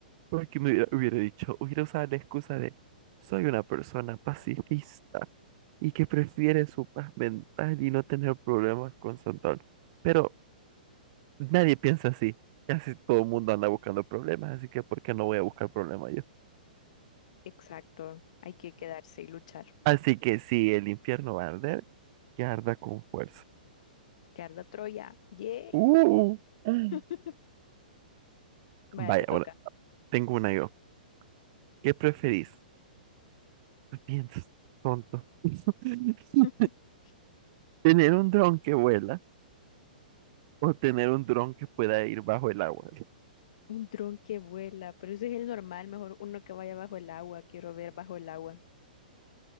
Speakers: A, on the right; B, on the left.
A: porque me hubiera, hubiera dicho, hubiera usado la excusa de, soy una persona pacifista y que prefiere su paz mental y no tener problemas con Santana. Pero nadie piensa así. Casi todo el mundo anda buscando problemas, así que ¿por qué no voy a buscar problemas yo?
B: Exacto, hay que quedarse y luchar.
A: Así que si el infierno va a arder, que arda con fuerza.
B: Que arda Troya, yay.
A: Uh, Mm.
B: <laughs> Vaya,
A: vaya,
B: te toca.
A: ahora tengo una yo. ¿Qué preferís? Piensas, tonto. <laughs>
B: <laughs>
A: ¿Tener un dron que vuela o tener un dron que pueda ir bajo el agua?
B: Un dron que vuela, pero ese es el normal, mejor uno que vaya bajo el agua. Quiero ver bajo el agua.